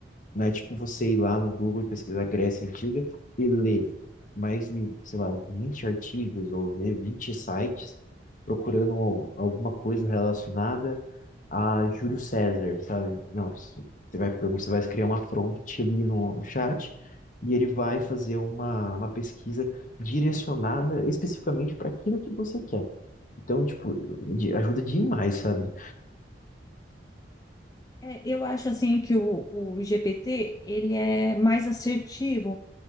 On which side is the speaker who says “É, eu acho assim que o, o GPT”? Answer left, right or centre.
Left